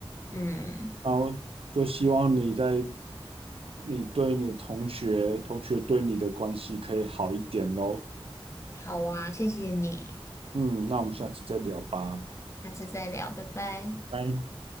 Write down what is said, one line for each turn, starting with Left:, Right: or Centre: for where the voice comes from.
Left: 嗯，
Right: 然后就希望你在你对你的同学，同学对你的关系可以好一点喽。
Left: 好啊，谢谢你。
Right: 嗯，那我们下次再聊吧。
Left: 下次再聊，拜拜。
Right: 拜。